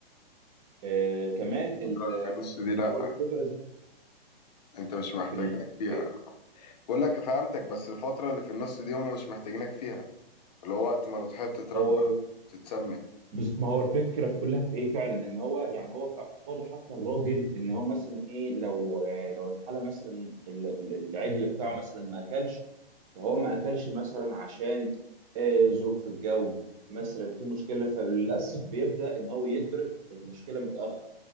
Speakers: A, on the right (about 35°); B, on the left (about 45°).
A: آه، كمان ال-
B: الفترة اللي في النص دي
A: اللي
B: لأ
A: هو الفكره
B: انت مش محتاجينك
A: في ال-
B: فيها
A: ايه
B: بقول لك فهمتك بس الفترة اللي في النص دي هم مش محتاجينك فيها اللي هو وقت ما الأضحية بتتربى
A: هو
B: بتتسمن
A: بز- ما هو الفكره في كلها في ايه فعلا ان هو يعني هو في اعتقاده حتى الراجل ان هو مثلا ايه لو آه، لو الحاله مثلا ال- ال- العجل بتاعه مثلا ما اكلش فهو ما اكلش مثلا عشان آه، ظروف الجو مثلا في مشكله فللاسف بيبدا ان هو يدرك المشكله متاخر